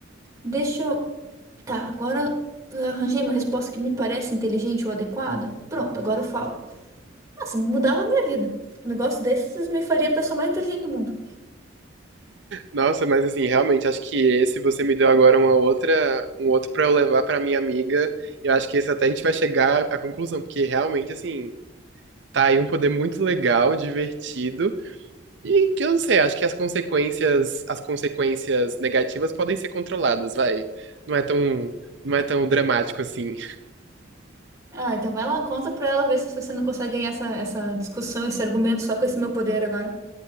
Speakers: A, on the right; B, on the right.
A: Deixa eu. Tá, agora eu arranjei uma resposta que me parece inteligente ou adequada. Pronto, agora eu falo. Nossa, mudava a minha vida. Um negócio desses me faria a pessoa mais inteligente do mundo.
B: Nossa, mas assim, realmente, acho que esse você me deu agora uma outra, um outro pra eu levar pra minha amiga. Eu acho que esse até a gente vai chegar à conclusão, porque realmente, assim, tá aí um poder muito legal, divertido, e que eu não sei, acho que as consequências, as consequências negativas podem ser controladas, vai. Não é tão, não é tão dramático assim.
A: Ah, então vai lá, conta pra ela, ver se você não consegue ganhar essa, essa discussão, esse argumento só com esse meu poder agora.